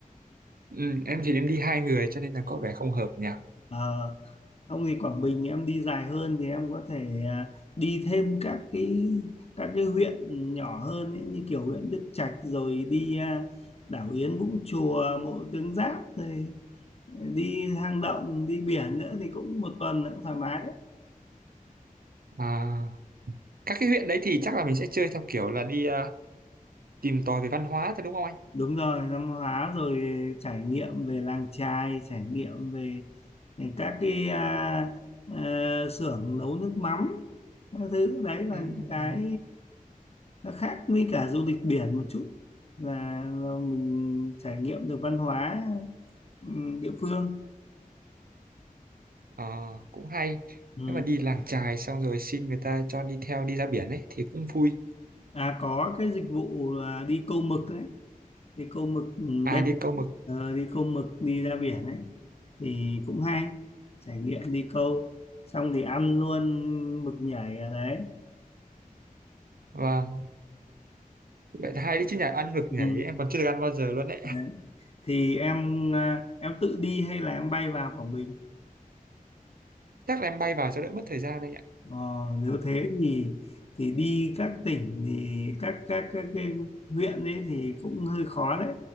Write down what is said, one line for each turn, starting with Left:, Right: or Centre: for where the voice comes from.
Right: Ừm, em thì em đi hai người cho nên là có vẻ không hợp nhỉ?
Left: Ờ, ông thì Quảng Bình em đi dài hơn thì em có thể à, đi thêm các cái các cái huyện nhỏ hơn ấy, như kiểu huyện Đức Trạch rồi đi à, đảo Yến Vũng Chùa Mộ Tướng Giáp rồi đi hang động đi biển nữa thì cũng một tuần nữa cũng thoải mái
Right: À, các cái huyện đấy thì chắc là mình sẽ chơi theo kiểu là đi à, tìm tòi về văn hóa thôi đúng không anh?
Left: đúng rồi văn hóa rồi trải nghiệm về làng chài trải nghiệm về các cái à, à, xưởng nấu nước mắm các thứ đấy là
Right: Ừm,
Left: những cái nó khác với cả du lịch biển một chút là, là mình trải nghiệm được văn hóa ừ, địa phương
Right: ờ, cũng hay
Left: ừ.
Right: nếu mà đi làng chài xong rồi xin người ta cho đi theo đi ra biển ấy thì cũng vui
Left: à có cái dịch vụ là đi câu mực đấy đi câu mực ừ,
Right: à
Left: đêm
Right: đi câu mực
Left: Ờ, đi câu mực đi ra biển ấy thì cũng hay trải nghiệm đi câu xong thì ăn luôn mực nhảy ở đấy
Right: và vậy là hay đấy chứ nhà ăn mực
Left: ừ.
Right: nhảy em còn chưa được ăn bao giờ luôn đấy
Left: đấy thì em à, em tự đi hay là em bay vào Quảng Bình
Right: chắc là em bay vào cho đỡ mất thời gian đấy ạ
Left: ờ, nếu thế thì thì đi các tỉnh thì các các các cái huyện ấy thì cũng hơi khó đấy